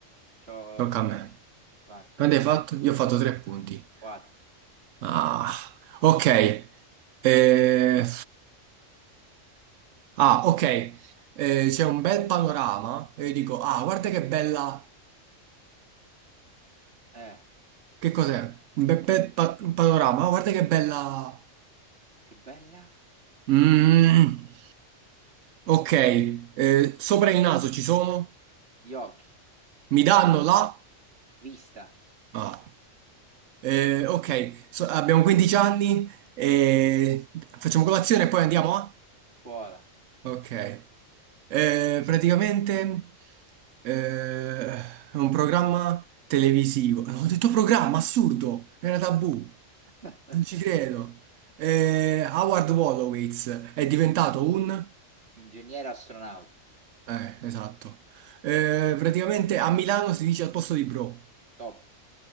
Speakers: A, on the right; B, on the right.
A: ci ho
B: Tocca
A: fatto.
B: a me.
A: Vai, tocca
B: Quanti
A: a
B: hai
A: te.
B: fatto? Io ho fatto tre punti.
A: Quattro.
B: Ah, ok. Eh, ah, ok. Eh, c'è un bel panorama. E io dico, ah, guarda che bella.
A: Eh,
B: Che cos'è? Un bel, bel pa- un panorama. Ah, Guarda che bella.
A: che bella.
B: Mm, ok. Eh, sopra il naso ci sono?
A: Gli occhi,
B: Mi danno la?
A: vista,
B: Ah. Eh, ok. So- abbiamo 15 anni. e facciamo colazione e poi andiamo a?
A: scuola,
B: Ok. Eh, praticamente eh, è un programma televisivo. No, Ho detto programma, assurdo! Era tabù.
A: <laughs>
B: Non ci credo. Eh, Howard Wolowitz è diventato un...
A: ingegnere astronauta,
B: Eh, esatto. Eh, praticamente a Milano si dice al posto di bro.
A: top.